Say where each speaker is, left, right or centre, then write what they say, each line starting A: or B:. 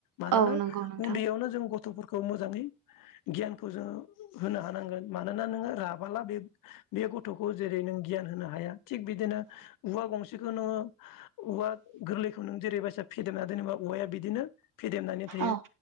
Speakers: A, on the left; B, on the right.
A: मानोना
B: औ नंगौ नोंथां
A: उन्दैयावनो जों गथ' गथ'फोरखौ मोजाङै गियानखौ जोङो होनो हानांगोन मानोना नोङो राबाला बे बे गथ'खौ जेरै नों गियान होनो हाया थिग बिदिनो औवा गंसे खुनु औवा गोरलैखौ नों जेरै बसिया फेदेमना दोनोबा औवाया बिदिनो फेदेमनानै थायो
B: औ